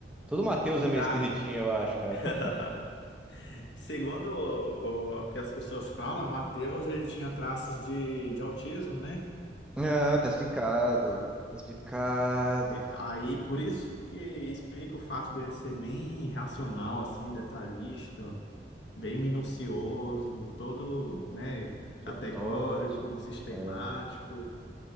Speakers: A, in the centre; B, on the left.
A: Todo Matheus é meio
B: Cara,
A: esquisitinho, eu acho, cara.
B: <laughs>
A: <laughs>
B: segundo o, o que as pessoas falam, Mateus ele tinha traços de, de autismo, né?
A: Ah, tá explicado. Tá explicado.
B: Aí, por isso que explica o fato dele ser bem racional, assim, detalhista, bem minucioso,
A: Hum,
B: todo, né,
A: Letórgico,
B: categórico,
A: né?
B: sistemático.
A: É,